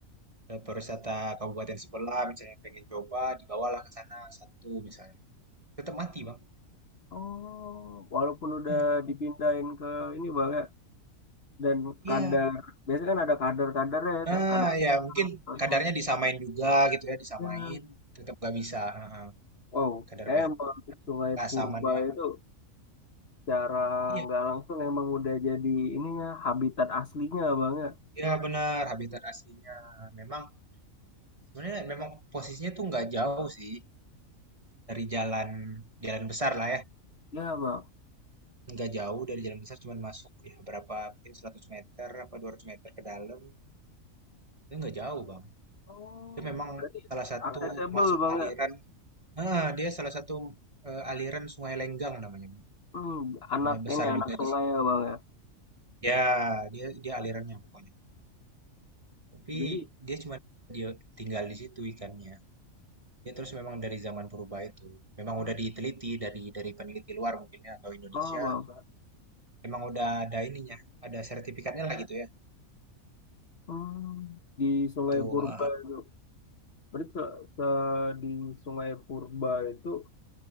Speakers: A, on the right; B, on the left.
A: eh, pariwisata kabupaten sebelah misalnya pengen coba dibawalah ke sana satu misalnya. Tetap mati, Bang.
B: Oh, walaupun udah
A: Hmm.
B: dipindahin ke ini bang ya, dan
A: Iya.
B: kadar, biasanya kan ada kadar-kadarnya ya,
A: Ah,
B: kayak kadar
A: ya mungkin
B: atau
A: kadarnya
B: semacam.
A: disamain juga gitu ya, disamain
B: Ya,
A: tetap nggak bisa. ah, ah.
B: wow,
A: Kadar
B: kayak
A: pH
B: emang Sungai
A: keasamannya.
B: Purba itu cara
A: Iya.
B: nggak langsung emang udah jadi ininya habitat aslinya bang ya.
A: Iya benar, habitat aslinya. Memang sebenarnya memang posisinya tuh nggak jauh sih dari jalan jalan besar lah ya.
B: Ya bang.
A: Nggak jauh dari jalan besar, cuman masuk ya berapa mungkin 100 meter apa 200 meter ke dalam. Itu nggak jauh, Bang.
B: Oh,
A: Dia memang
B: berarti
A: salah satu
B: accessible
A: masuk
B: bang
A: aliran.
B: ya.
A: ah dia salah satu eh, aliran Sungai Lenggang namanya, Bang.
B: Hmm, anak
A: Sungai besar
B: ini anak
A: juga
B: sungai
A: di sini.
B: ya bang ya.
A: Ya, dia dia alirannya pokoknya. Tapi
B: Jadi
A: dia cuma dia tinggal di situ ikannya. Ya, terus memang dari zaman purba itu, memang
B: Hmm.
A: udah diteliti dari dari peneliti luar mungkin ya, atau Indonesia,
B: oh wow.
A: memang udah ada ininya, ada sertifikatnya lah gitu ya.
B: Hmm, di Sungai
A: Tuh,
B: Purba
A: eh,
B: itu berarti se- se- di Sungai Purba itu